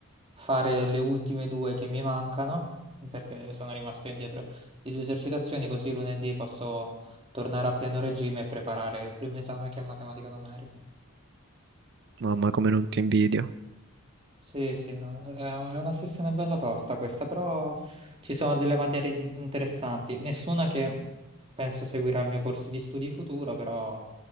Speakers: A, on the right; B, on the right.
A: fare le ultime due che mi mancano, perché sono rimasto indietro di due esercitazioni, così lunedì posso tornare a pieno regime e preparare il primo esame che è matematica numerica.
B: Mamma, come non ti invidio.
A: Sì, sì, no, è un- è una sessione bella tosta questa, però ci sono delle materie in- interessanti, nessuna che penso seguirà il mio corso di studi futuro, però